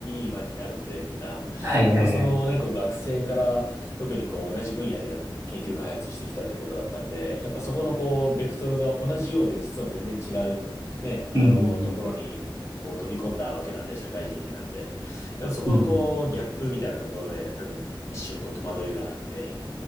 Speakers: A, on the left; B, on the right.
A: ぎマンになるんで、みんな。
B: はいはい。
A: やっぱその、ね、こう学生から、特にこう、同じ分野でや、研究開発してきたってことだったんで、やっぱそこのこう、ベクトルが同じようで、実は全然違う、ね、あの、
B: うんうん
A: ところに、こう、飛び込んだわけなんで、社会人になって。やっぱそこのこう、
B: うん。うんうんうん。
A: ギャップみたいなところで、多分、一瞬こう、戸惑いがあって、